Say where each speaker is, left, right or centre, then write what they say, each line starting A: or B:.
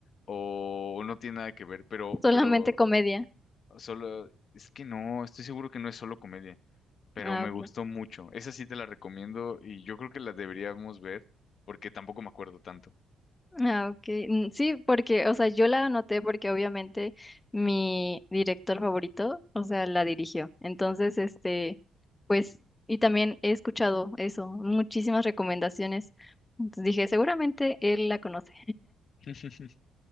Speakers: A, on the left; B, on the left.
A: o no tiene nada que ver, pero,
B: Solamente
A: pero
B: comedia.
A: solo, es que no, estoy seguro que no es solo comedia, pero
B: Ah,
A: me
B: ok.
A: gustó mucho. Esa sí te la recomiendo y yo creo que la deberíamos ver porque tampoco me acuerdo tanto.
B: Ah, ok. Mm, Sí, porque, o sea, yo la anoté porque obviamente mi director favorito, o sea, la dirigió. Entonces, este, pues, y también he escuchado eso, muchísimas recomendaciones. Entonces dije, seguramente él la conoce.
A: <laughs>